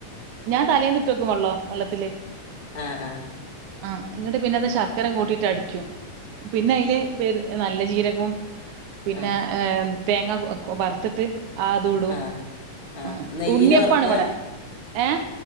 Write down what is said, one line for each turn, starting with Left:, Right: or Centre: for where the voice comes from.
Right: ഞാൻ തലേന്നിട്ട് വെക്കും വള്ളം വള്ളത്തില്
Left: ആഹ് ആഹ്
Right: ആഹ് ഇന്നട്ട് പിന്നത് ശർക്കര കൂട്ടിട്ട് അടിക്കും പിന്നെ അയില് പെര് നല്ല ജീരകോം പിന്നെ
Left: ആ ആ
Right: ഏഹ് തേങ്ങ കൊ ബർത്തിട്ട് ആഹ് അതുടും
Left: ആ ആ
Right: ആഹ്
Left: നെയ്യില
Right: ഉണ്ണിയപ്പാണ്
Left: വറുക്കുക
Right: ഇവടെ ഏഹ്